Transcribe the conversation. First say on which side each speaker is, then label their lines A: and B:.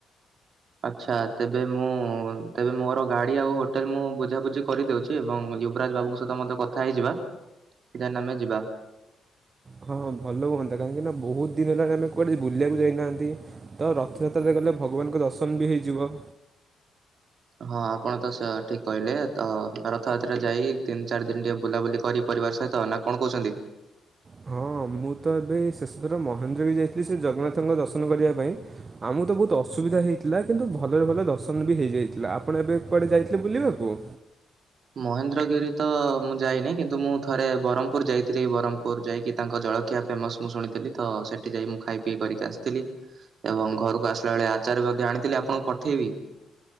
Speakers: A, on the right (about 60°); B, on the right (about 40°).
A: ଆଚ୍ଛା ତେବେ ମୁଁ ତେବେ ମୋର ଗାଡ଼ି ଆଉ ହୋଟେଲ ମୁଁ ବୁଝାବୁଝି କରିଦେଉଛି। ଏବଂ ୟୁବରାଜ ବାବୁଙ୍କ ସହିତ ମଧ୍ୟ କଥା ହେଇଯିବା। ଦେନେ ଆମେ ଯିବା।
B: ହଁ ଭଲ ହୁଅନ୍ତା କାହିଁକି ନା ବହୁତୁ ଦିନି ହେଲାଣି ଆମେ କୁଆଡ଼େ ବୁଲିବାକୁ ଯାଇନାହାନ୍ତି। ତ ରଥଯାତ୍ରାରେ ଗଲେ ଭଗବାନଙ୍କ ଦର୍ଶନ ବି ହେଇଯିବ।
A: ହଁ ଆପଣ ତ ଠିକି କହିଲେ ତ ରଥଯାତ୍ରା ଯାଇ ତିନି ଚାରି ଦିନ ଟିକେ ବୁଲାବୁଲି କରି ପରିବାର ସହିତ ନା କଣ କହୁଛନ୍ତି?
B: ହଁ ମୁଁ ତ ଏବେ ଶେଷଥର ମହେନ୍ଦ୍ରଵି ଯାଇଥିଲି ସେ ଜଗନ୍ନାଥଙ୍କ ଦର୍ଶନ କରିବା ପାଇଁ। ଆମକୁ ତ ବହୁତୁ ଅସୁବିଧା ହେଇଥିଲା କିନ୍ତୁ ଭଲରେ ଭଲରେ ଦର୍ଶନ ବି ହେଇଯାଇଥିଲା ଆପଣ ଏବେ କୁଆଡ଼େ ଯାଇଥିଲେ ବୁଲିବାକୁ?
A: ମହେନ୍ଦ୍ରଗିରି ତ ମୁଁ ଯାଇନି କିନ୍ତୁ ମୁଁ ଥରେ ବ୍ରହ୍ମପୁର ଯାଇଥିଲି ବ୍ରହ୍ମପୁର ଯାଇକି ତାଙ୍କ ଜଳଖିଆ ଫେମସ ମୁଁ ଶୁଣିଥିଲି ତ ସେଠି ଯାଇ ମୁଁ ଖାଇ ଇଏ କରିକି ଆସିଥିଲି ଏବଂ ଘରକୁ ଆସିଲା ବେଳେ ଆଚାର ମଧ୍ୟ ଆଣିଥିଲି ଆପଣଙ୍କୁ ପଠେଇବି?